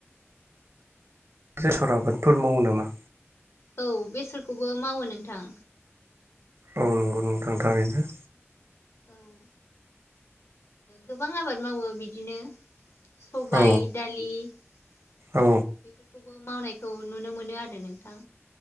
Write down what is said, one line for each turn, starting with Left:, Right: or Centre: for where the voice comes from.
Right: <unintelligible> आबादफोर मावो नामा?
Left: औ बेसरखौबो मावो नोंथां
Right: औ नंगौ नोंथां थारैनो
Left: औ ओ गोबां आबाद मावो बिदिनो सबाय
Right: औ
Left: दालि बेफोरखौबो
Right: औ
Left: मावनायखौ नुनो मोनो आरो नोंथां